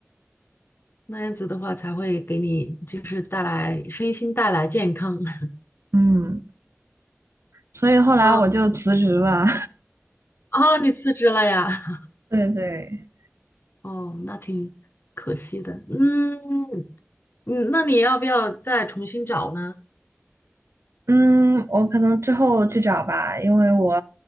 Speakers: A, on the left; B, on the right.
A: 那样子的话才会给你就是带来身心带来健康。<laughs>
B: 嗯，所以后来我就辞职了。
A: 啊啊，你辞职了呀？<laughs>
B: <laughs> 对对，
A: 哦，那挺可惜的。嗯嗯，那你要不要再重新找呢？
B: 嗯，我可能之后去找吧，因为我